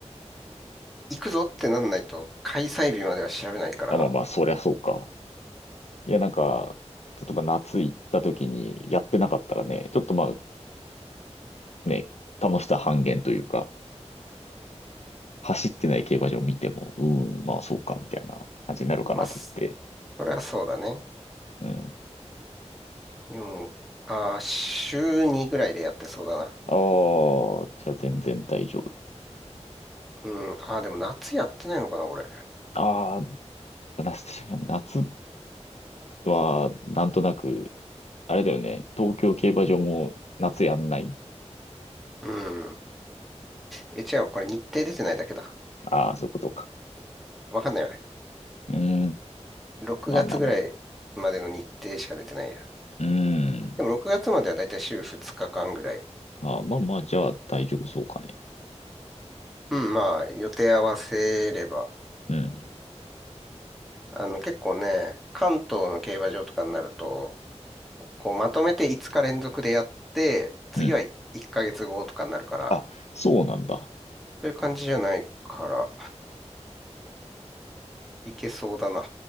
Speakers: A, in the centre; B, on the left.
A: 行くぞってなんないと、開催日までは調べないから、
B: あ、まあまあ、そりゃそうか。いや、なんか、例えば夏行った時にやってなかったらね、ちょっとまあね、楽しさ半減というか、走ってない競馬場見ても、うーん、まあそうか、みたいな感じになるかなと思って。
A: まあ、それはそうだね。
B: うん。
A: よんあー、週2ぐらいでやってそうだな。
B: ああ、じゃあ全然大丈夫。
A: うん、あー、でも夏やってないのかな、これ。
B: ああ、夏、夏はなんとなく、あれだよね、東京競馬場も夏やんない
A: うん。え、違う、これ日程出てないだけだ。
B: ああー、そういうことか。
A: わかんないわ。
B: うーん、
A: 6月ぐらいまでの日程しか出てないや。
B: まあまあまあ。うーん。
A: でも6月まではだいたい週2日間ぐらい
B: ああまあまあ、じゃあ大丈夫そうかね。
A: うん、まあ、予定合わせれば。
B: うん、
A: あの、結構ね、関東の競馬場とかになると、こう、まとめて5日連続でやって、次は1ヶ月後とかになるから、
B: うん。あ、そうなんだ。
A: そういう感じじゃないから、いけそうだな。